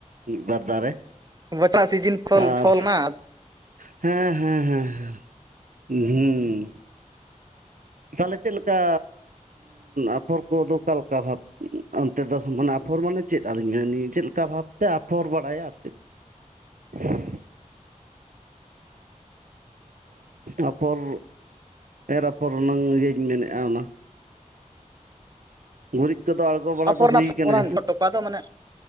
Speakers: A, on the right (about 80°); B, on the right (about 30°).
A: ᱢᱤᱫ ᱵᱟᱨ ᱫᱟᱨᱮ
B: ᱵᱚᱪᱟᱜ ᱥᱤᱡᱤᱱ ᱯᱷᱚᱞ
A: ᱟᱨ
B: ᱯᱷᱚᱞ ᱱᱟ
A: ᱦᱮᱸ ᱦᱮᱸ ᱦᱮᱸ ᱦᱩᱸ ᱛᱟᱦᱚᱞᱮ ᱪᱮᱫ ᱞᱮᱠᱟ ᱟᱯᱷᱚᱨ ᱠᱚᱫᱚ ᱚᱠᱟᱞᱮᱠᱟ ᱵᱷᱟᱵᱽ ᱛᱮᱫᱚ ᱢᱟᱱᱮ ᱟᱯᱷᱚᱨ ᱢᱟᱱᱮ ᱪᱮᱫ ᱟᱹᱞᱤᱧ ᱢᱮ ᱪᱮᱫ ᱞᱮᱠᱟ ᱵᱷᱟᱵᱛᱮ ᱟᱯᱷᱚᱨ ᱵᱟᱲᱟᱭᱟ ᱟᱨ ᱪᱮᱫ, <unintelligible> ᱟᱯᱚᱨ ᱮᱨ ᱟᱯᱚᱨ ᱨᱮᱱᱟᱝ ᱤᱭᱟᱹᱧ ᱢᱮᱱᱮᱫᱼᱟ ᱚᱱᱟ, ᱜᱩᱨᱤᱡ ᱠᱚᱫᱚ ᱟᱬᱜᱚ ᱵᱟᱲᱟ
B: ᱟᱯᱷᱚᱨ
A: ᱫᱚ
B: ᱨᱮᱱᱟᱜ
A: ᱦᱩᱭ ᱠᱟᱱᱟ
B: ᱚᱱᱟ ᱴᱚᱯᱟ ᱫᱚ ᱢᱟᱱᱮ